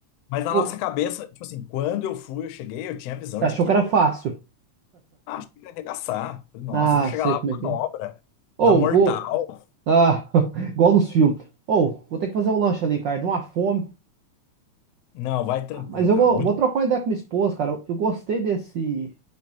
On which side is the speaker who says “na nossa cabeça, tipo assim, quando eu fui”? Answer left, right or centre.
Left